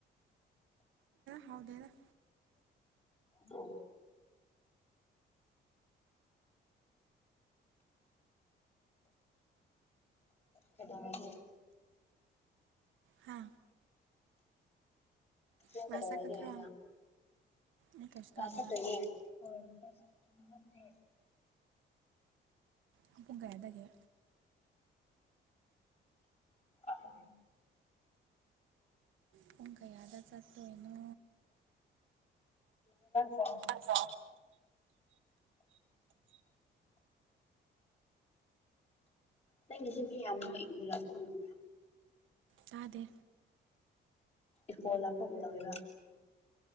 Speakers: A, on the right; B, on the left.
A: ꯍꯥꯎꯗꯦꯅ
B: ꯑꯣ ꯀꯩꯗ ꯍꯥꯏꯒꯦ
A: ꯍꯥ
B: ꯀꯩꯗꯧꯔꯒꯦ
A: ꯀ꯭ꯂꯥꯁ ꯆꯠꯀꯗ꯭ꯔꯣ
B: ꯍꯥꯏꯕ
A: ꯑꯩ ꯀꯩꯁꯨ
B: ꯂꯥꯁ
A: ꯇꯧꯗꯦ
B: ꯆꯠꯇꯣꯏꯅꯦ ꯍꯣꯏ ꯆ ꯅꯦ
A: ꯄ ꯄꯨꯡ ꯀꯌꯥꯗꯒꯦ
B: ꯑꯗꯨ
A: ꯄꯨꯡ ꯀꯌꯥꯗ ꯆꯠꯇꯣꯏꯅꯣ
B: ꯔ
A: ꯑꯅ
B: ꯅꯪꯒꯤꯁꯤꯁ ꯌꯥꯝꯅ ꯏꯀꯣ ꯂꯥꯛꯄ ꯉꯝꯗ
A: ꯇꯥꯗꯦ
B: ꯏꯀꯣꯜ ꯂꯥꯛꯄꯒ ꯇꯧꯦꯔ